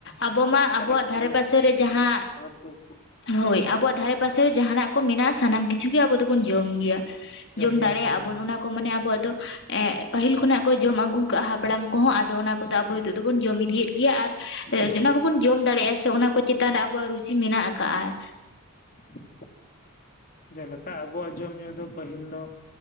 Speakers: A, on the left; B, on the left.
A: ᱟᱵᱚ ᱢᱟ
B: ᱠᱟᱴᱚᱡ
A: ᱟᱵᱚᱣᱟᱜ ᱫᱷᱟᱨᱮ
B: ᱠᱚ
A: ᱯᱟᱥᱮ ᱨᱮ ᱡᱟᱦᱟᱸ
B: ᱦᱟᱹᱠᱩ ᱠᱚ,
A: ᱦᱳᱭ ᱟᱵᱚᱣᱟᱜ ᱫᱷᱟᱨᱮ ᱯᱟᱥᱮ ᱨᱮ ᱡᱟᱦᱟᱸᱱᱟᱜ ᱠᱚ ᱢᱮᱱᱟᱜ-ᱟ ᱥᱟᱱᱟᱢ ᱠᱤᱪᱷᱩ ᱜᱮ ᱟᱵᱚ ᱫᱚᱵᱚᱱ ᱡᱚᱢ ᱜᱮᱭᱟ᱾ ᱡᱚᱢ
B: ᱜᱮᱭᱟᱵᱚᱱ
A: ᱫᱟᱲᱮᱭᱟᱜ-ᱟ
B: ᱦᱳᱭ
A: ᱵᱚᱱ ᱚᱱᱟ ᱠᱚ ᱢᱟᱱᱮ ᱟᱵᱚᱣᱟᱜ ᱫᱚ ᱮᱸ ᱯᱟᱹᱦᱤᱞ ᱠᱷᱚᱱᱟᱜ ᱠᱚ ᱡᱚᱢ ᱟᱹᱜᱩ ᱠᱟᱜ-ᱟ ᱦᱟᱯᱲᱟᱢ ᱠᱚᱦᱚᱸ ᱟᱫᱚ ᱚᱱᱟ ᱠᱚᱫᱚ ᱟᱵᱚ
B: ᱦᱩᱸ
A: ᱱᱤᱛᱚᱜ ᱫᱚᱵᱚᱱ ᱡᱚᱢ ᱤᱫᱤᱭᱮᱫ ᱜᱮᱭᱟ ᱟᱨ
B: ᱡᱚᱢ
A: ᱚᱱᱟ
B: ᱜᱮ
A: ᱠᱚᱵᱚᱱ
B: ᱠᱟᱱ
A: ᱡᱚᱢ
B: ᱜᱮᱭᱟᱵᱚᱱ
A: ᱫᱟᱲᱮᱭᱟᱜ-ᱟ ᱥᱮ ᱚᱱᱟ ᱠᱚ ᱪᱮ ᱛᱟᱱ ᱨᱮ ᱟᱵᱚᱣᱟᱜ ᱨᱩᱪᱤ ᱢᱮᱱᱟᱜ ᱟᱠᱟᱜ-ᱟ᱾
B: ᱦᱩᱸ ᱦᱩᱸ, ᱡᱮᱞᱮᱠᱟ ᱟᱵᱚᱣᱟᱜ ᱡᱚᱢ ᱧᱩ ᱫᱚ ᱯᱟᱹᱦᱤᱞ ᱫᱚ